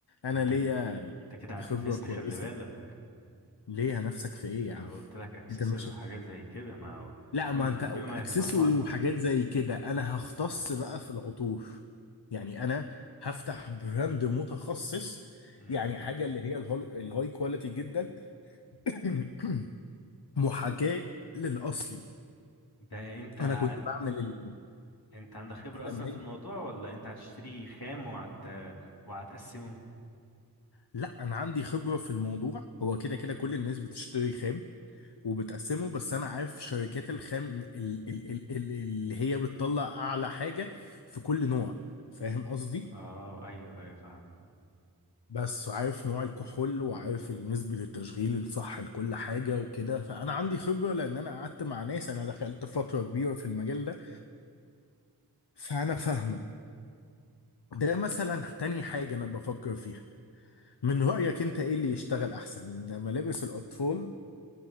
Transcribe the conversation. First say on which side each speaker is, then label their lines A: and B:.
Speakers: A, on the left; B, on the left.
A: انا
B: انت
A: ليا
B: انت كده هتنافسني
A: خبرة كويسة
B: خلي بالك
A: ليه نفسك في ايه
B: انا
A: يا عم
B: قلت لك اكسسوري
A: انت مش
B: وحاجات زي كده ما هو
A: لا
B: بما
A: ما انت
B: بما
A: اكسسوري
B: يتضمنه
A: وحاجات زي كده انا هختص
B: آه،
A: بقى في العطور يعني انا هفتح براند متخصص
B: أمم.
A: يعني حاجه اللي هي الهول- الهاي كواليتي جدا <clears throat> محاكاه للاصلي
B: ده انت
A: انا كنت بعمل ال-
B: انت عندك خبرة
A: زمان
B: اصلا في الموضوع ولا انت هتشتريه خام وهت وهتقسمه
A: لا انا عندي خبره في الموضوع هو كده كده كل الناس بتشتري خام وبتقسمه بس انا عارف شركات الخام ال- ال- ال- ال- اللي هي بتطلع اعلى حاجه في كل نوع فاهم قصدي
B: اه ايوه ايوه فهمت
A: بس عارف نوع الكحول وعارف نسبه التشغيل الصح لكل حاجه وكده فانا عندي خبره لان انا قعدت مع ناس انا دخلت فتره كبيره في المجال ده فانا فاهمه ده مثلا تاني حاجه انا بفكر فيها من رايك انت ايه اللي يشتغل احسن ملابس الاطفال